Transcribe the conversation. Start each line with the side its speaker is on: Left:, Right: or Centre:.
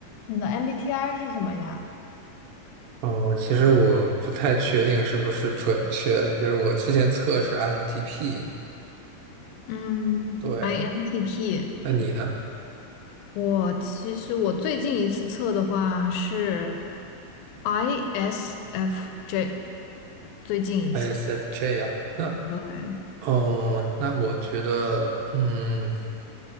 Left: 你的 MBTI 是什么呀？
Right: 哦，其实我不太确定是不是准确的，就是我之前测是 INTP，
Left: 嗯，INTP，
Right: 对，那你呢
Left: 我其实我最近一次测的话是 ISFJ，
Right: ？ISFJ
Left: 最近一次。
Right: 呀、那
Left: 对，
Right: 哦，那我觉得，嗯，